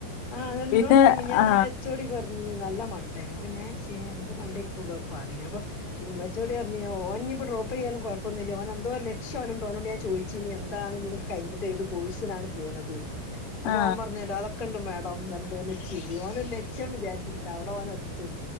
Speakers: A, on the left; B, on the left.
A: ആ ന്ന്ട്ട്
B: പിന്നെ
A: ഇന്നോട് മിൻഞ്ഞാന്നാ
B: ആ
A: ഏച്ചോഡി പർഞ്ഞ് ഏ നല്ല മണ്ടേ അപ്പൊ ഞാൻര്ച്ച് ഏ എന്ത് മണ്ടെക്കും ഇവൻ പറീണെ അപ്പൊ ഉം ച്ചർഞ്ഞോടഞ്ഞ് ഓൻഞ്ഞിപ്പ ഡ്രോപ്പയ്താലും കൊയപ്പോന്നില്ല്യ ഓനെന്തോ ഒര് ലക്ഷ്യ ഓന്ണ്ട്. ഓനോട്‌ ഞാൻ ചോയ്ചീനീ എന്താണ് ഇഞ്ഞ്എ കയ്ഞ്ഞ്ട്ട് ഏത് കോഴ്സിനാണ് പോണത് അപ്പൊ
B: ആ
A: ഓൻപർ ഞ്ഞാലോ അതൊക്കെ ക്കണ്ട് മേഡംന്നർഞ്ഞിട്ടൊനൊരു ചിരി ഓനൊരു ലക്ഷ്യം വിചാരിച്ചിണ്ട് അവടെ ഓനെത്തും.